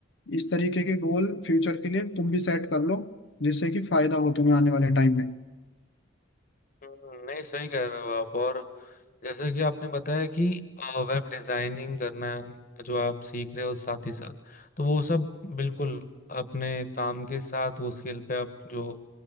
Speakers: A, on the left (about 60°); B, on the left (about 40°).
A: इस तरीके के गोल फ्यूचर के लिए तुम भी सेट कर लो जिससे कि फायदा हो तुम्हें आने वाले टाइम में
B: हम्म, नहीं सही कह रहे हो आप और जैसे कि आपने बताया कि वेब डिजाइनिंग करना जो आप सीख रहे हो साथ ही साथ तो वो सब बिल्कुल अपने काम के साथ वो स्किल पे आप जो